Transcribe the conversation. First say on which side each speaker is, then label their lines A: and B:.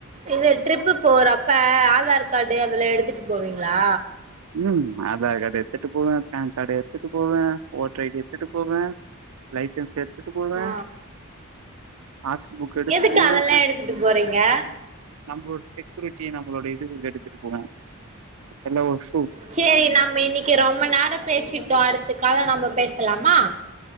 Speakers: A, on the right; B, on the right.
A: இது ட்ரிப்பு போறப்ப ஆதார் கார்டு அதெல்லா எடுத்துட்டு போவீங்ளா
B: ம் ஆதார் கார்டு எடுத்துட்டு போவே பான் கார்டு எடுத்துட்டு போவே ஓட்டர் ஐ டி எடுத்துட்டு போவே லைசன்ஸ் எ எத்துட்டு போவே
A: ஆ
B: ஆர் சி புக் எடுத்துட்டு
A: எதுக்கு
B: போவே
A: அதெல்லா எடுத்துட்டு போறீங்க
B: நம்மளோட செக்யூரிட்டி நம்மளோட இதுக்கு எடுத்துட்டு போவே எல்லோஸ்
A: சேரி நம்ம இன்னிக்கி ரொம்ப நேரோ பேசிட்டோ அடுத்த கால்ல நம்ம பேசலாமா